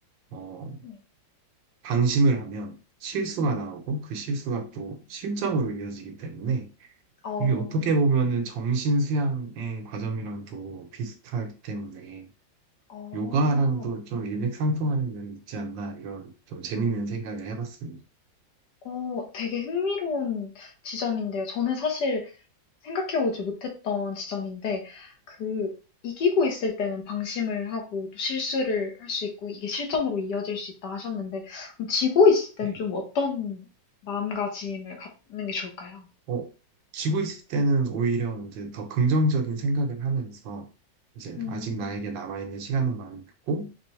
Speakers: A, on the right; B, on the left.
A: 어,
B: 네.
A: 방심을 하면 실수가 나오고 그 실수가
B: 음.
A: 또 실점으로 이어지기 때문에
B: 어.
A: 이게 어떻게 보면은 정신 수양의 과정이랑도 비슷하기 때문에
B: 어.
A: 요가랑도 좀 일맥상통하는 면이 있지 않나 이런 좀 재밌는 생각을 해봤습니다.
B: 어, 되게 흥미로운 지점인데요. 저는 사실 생각해보지 못했던 지점인데, 그, 이기고 있을 때는 방심을 하고 또 실수를 할 수 있고 이게 실점으로 이어질 수 있다 하셨는데, 그럼 지고 있을 땐
A: 네.
B: 좀 어떤 마음가짐을 갖는 게 좋을까요?
A: 어, 쉬고 있을 때는 오히려 이제 더 긍정적인 생각을 하면서 이제
B: 음,
A: 아직 나에게 남아있는 시간은 많고